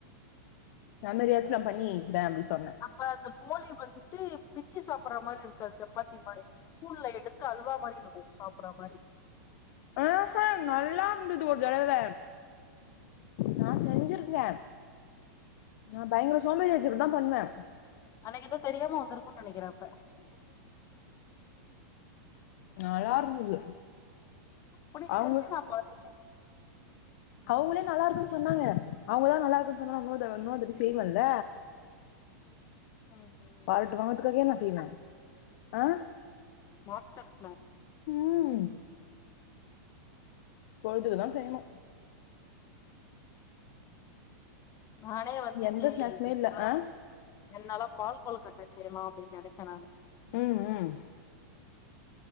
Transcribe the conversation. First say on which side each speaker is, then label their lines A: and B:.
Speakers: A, on the left; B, on the left.
A: நம்மறியாச்சு நா பண்ணி வக்கிறே அப்டி சொன்ன
B: அப்ப அந்த போலி வந்துட்டு பிச்சி சாப்ற மாரி இருக்காது சப்பாத்தி மாரி ஸ்பூன்ல எடுத்து அல்வா மாரி இருக்கு சாப்புறா மாரி
A: அஹா நல்லா இருந்தது ஒரு தடவ நா செஞ்சிருக்கே நா பயங்கர சோம்பேறி ஆச்சு இப்டிதா பண்ணுவ
B: ஆனா ஏதோ தெரியாம வந்திருக்கும்னு நினக்கிற அப்ப
A: நல்லா இருந்தது
B: அப்டி
A: அவுங்க
B: செஞ்சு நா பாத்தே
A: அவுங்களே நல்லா இருக்குன்னு சொன்னாங்க அவுங்கதா நல்லா இருக்குன்னு சொன்னா நா இன்னோருதடவ இன்னொரு தாட்டி செய்வேல்ல
B: ம் ம்
A: பாராட்டு வாங்குரதுக்காகயே நா
B: மாஸ்டர்
A: செய்வே அ
B: மாஸ்டர் பிளான்
A: உம் பொழுதுக்கு தா செய்யிணு
B: நானே வந்து
A: எந்த
B: சரி
A: ஸ்நாக்ஸுமே
B: ரெண்
A: இல்ல
B: நாளா
A: ஆ
B: ரெண் நாளா பால் கொலுகட்ட செய்லா அப்டின்னு நினச்ச நானு
A: உம் உம்